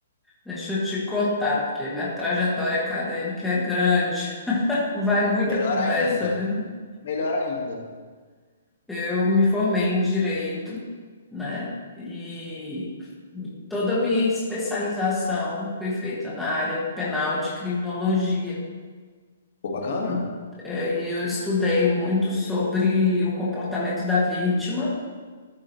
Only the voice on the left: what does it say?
Melhor
ainda.
Melhor ainda.
Pô, bacana?